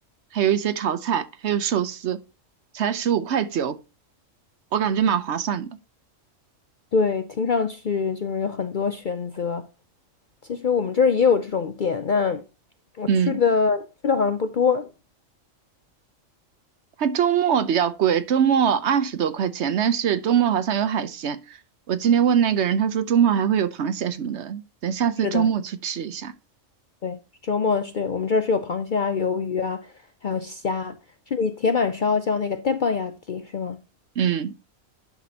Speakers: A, on the right; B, on the left.
A: 还有一些炒菜，还有寿司，才十五块九，我感觉蛮划算的。
B: 对，听上去就是有很多选择。其实我们这儿也有这种店，但我去的去的好像不多。
A: 嗯。它周末比较贵，周末二十多块钱，但是周末好像有海鲜。我今天问那个人，他说周末还会有螃蟹什么的，等下次周末去吃一下。
B: 是的，对，周末是对我们这儿是有螃蟹啊、鱿鱼啊，还有虾。这里铁板烧叫那个 teppanyaki 是吗？
A: 嗯，